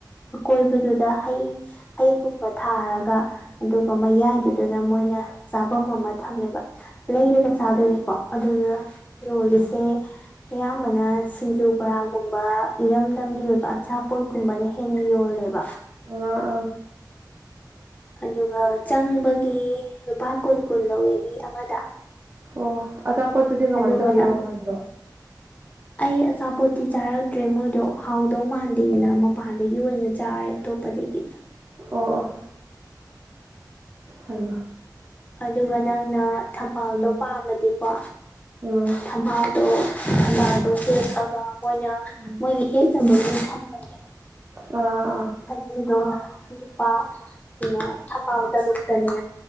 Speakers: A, on the left; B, on the right.
A: ꯑꯀꯣꯏꯕꯗꯨꯗ ꯍꯩ ꯍꯩꯒꯨꯝꯕ ꯊꯥꯔꯒ ꯑꯗꯨꯒ ꯃꯌꯥꯏꯗꯨꯗꯅ ꯃꯣꯏꯅ ꯆꯥꯐꯝ ꯑꯃ ꯊꯝꯃꯦꯕ ꯂꯩꯔꯒ ꯆꯥꯗꯣꯏꯅꯤꯀꯣ ꯑꯗꯨꯅ ꯌꯣꯜꯂꯤꯁꯦ ꯑꯌꯥꯝꯕꯅ ꯁꯤꯡꯖꯨ ꯕꯔꯥꯒꯨꯝꯕ ꯏꯔꯝꯗꯝꯒꯤ ꯑꯣꯏꯕ ꯑꯆꯥꯄꯣꯠ ꯒꯨꯝꯕꯅ ꯍꯦꯟꯅ ꯌꯣꯜꯂꯦꯕ
B: ꯑ ꯑꯥ
A: ꯑꯗꯨꯒ ꯆꯪꯕꯒꯤ ꯂꯨꯄꯥ ꯀꯨꯟ ꯀꯨꯟ ꯂꯧꯋꯦ ꯃꯤ ꯑꯃꯗ
B: ꯑꯣ ꯑꯆꯥꯄꯣꯠꯇꯨꯗꯤ ꯀꯃꯥꯏꯅ
A: ꯑꯗꯨꯒ
B: ꯇꯧꯒꯦ
A: ꯅꯪ
B: ꯃꯃꯟꯗꯣ
A: ꯑꯩ ꯑꯆꯥꯄꯣꯠꯇꯤ ꯆꯥꯔꯛꯇ꯭ꯔꯦ ꯃꯣꯏꯗꯣ ꯍꯥꯎꯗꯧ ꯃꯥꯟꯗꯦꯅ ꯃꯄꯥꯟꯗꯒꯤ ꯑꯣꯏꯅ ꯆꯥꯔꯦ ꯑꯇꯣꯞꯄꯗꯒꯤ
B: ꯑꯣ ꯍꯥꯏꯩꯅ
A: ꯑꯗꯨꯒ ꯅꯪꯅ ꯊꯝꯕꯥꯜꯗꯣ
B: ꯎꯝ
A: ꯄꯥꯝꯃꯗꯤꯀꯣ
B: ꯎꯝ
A: ꯊꯝꯕꯥꯜꯗꯣ ꯊꯝꯕꯥꯜꯗꯣ ꯍꯦꯛꯑꯒ ꯃꯣꯏꯅ
B: ꯎꯝ
A: ꯃꯣꯏꯒꯤ ꯍꯦꯛ ꯆꯪꯕ ꯂꯣꯏ ꯊꯝꯕꯅꯤ
B: ꯑ
A: ꯑꯗꯨꯗꯣ ꯂꯨꯄꯥ ꯀꯩꯅꯣ ꯊꯝꯕꯥꯎꯗꯒꯨꯞꯇꯅꯦ